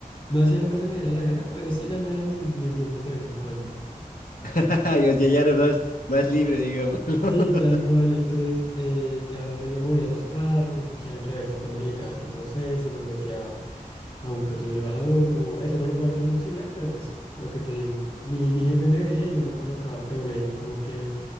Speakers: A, on the left (about 35°); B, on the left (about 80°).
A: no hacía lo que se me diera la gana, pero sí ya me daba mis, mis lujos de vez en cuando.
B: <laughs> yo ya ya eres más, más libre, digamos, <laughs>
A: Sí, tal cual. Entonces eh, ya medio movía los carros, echaba en reversa cuando necesitaba hacer procesos, los metía a un que otro elevador. Como eso no lo puede hacer un auxiliar, pero pues lo que te digo. Mi, mi jefe me veía y no me colocaba problema, como que